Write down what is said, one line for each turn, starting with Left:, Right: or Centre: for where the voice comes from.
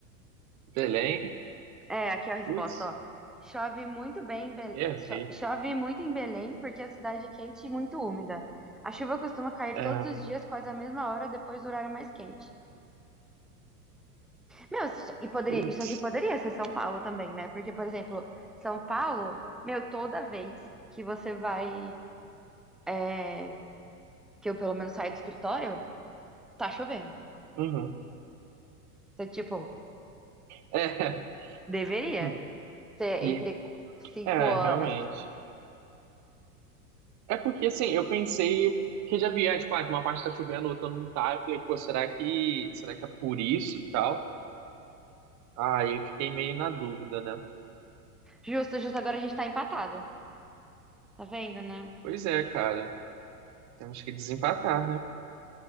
Right: Belém?
Centre: É, aqui é a resposta,
Right: Putz,
Centre: ó. Chove muito bem em Belém,
Right: errei.
Centre: chove muito em Belém porque a cidade é quente e muito úmida. A chuva costuma cair
Right: É,
Centre: todos os dias, quase à mesma hora, depois do horário mais quente. Meu, isso- e poderia,
Right: putz,
Centre: isso aqui poderia ser São Paulo também, né? Porque, por exemplo, São Paulo, meu, toda vez que você vai, é, que eu pelo menos saio do escritório, tá chovendo.
Right: uhum.
Centre: Então, tipo,
Right: É,
Centre: deveria
Right: <laughs>
Centre: ser
Right: e-
Centre: entre cinco
Right: é,
Centre: horas.
Right: realmente. É porque assim, eu pensei que já via, tipo, ah, uma parte tá chovendo, outra não tá. Eu falei, pô, será que, será que é por isso e tal? Aí eu fiquei meio na dúvida, né?
Centre: Justo, justo, agora a gente tá empatado. Tá vendo, né?
Right: Pois é, cara. Temos que desempatar, né?